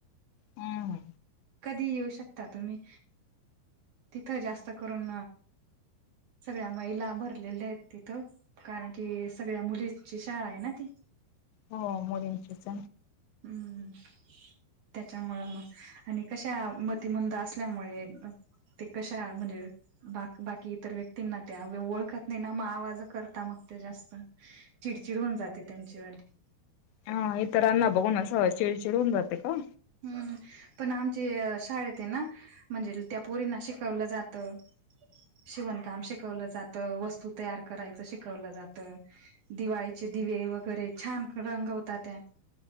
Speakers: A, on the left; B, on the right.
A: हम्म
B: कधी येऊ शकता तुम्ही तिथं जास्त करून सगळ्या महिला भरलेल्या आहेत तिथं कारण की सगळ्या मुलींची शाळा आहे ना ती
A: हो मोदीचस
B: हम्म त्याच्यामुं मग आणि कशा मतिमंद असल्यामुळे ते कशा म्हणजे बाकी बाकी इतर व्यक्तींना त्या ओळखत नाही ना मग आवाज करता मग ते जास्त. <inaudible>
A: हा इतरांना बघून असं चिडचिड होन जाते का
B: हम्म पण आमचे शाळेत आहे ना म्हणजे त्या पोरींना शिकवलं जातं शिवणकाम शिकवलं जातं वस्तू तयार करायचं शिकवलं जात दिवाळीचे दिवे वगैरे छान रंग होतात त्या